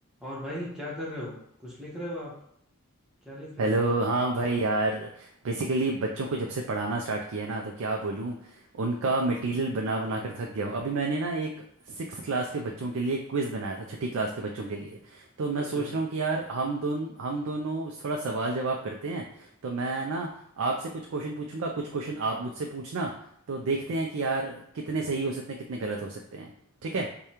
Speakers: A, in the centre; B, on the right.
A: और भाई क्या कर रहे हो कुछ लिख रहे हो आप क्या लिख रहे
B: Hello
A: हो
B: हाँ भाई यार बेसिकली बच्चों को जब से पढ़ाना स्टार्ट किया है ना तो क्या बोलूँ उनका मटेरियल बना बना कर थक गया हूँ अभी मैंने ना एक सिक्स क्लास के बच्चों के लिए क्विज़ बनाया था छठी क्लास के बच्चों के लिए तो मैं
A: अच्छा
B: सोच रहा हूँ कि यार हम दोन हम दोनों थोड़ा सवाल जवाब करते हैं तो मैं ना आपसे कुछ क्वेश्चन पूछूंगा कुछ क्वेश्चन आप मुझसे पूछना तो देखते हैं कि यार कितने सही हो सकते हैं कितने गलत हो सकते हैं ठीक है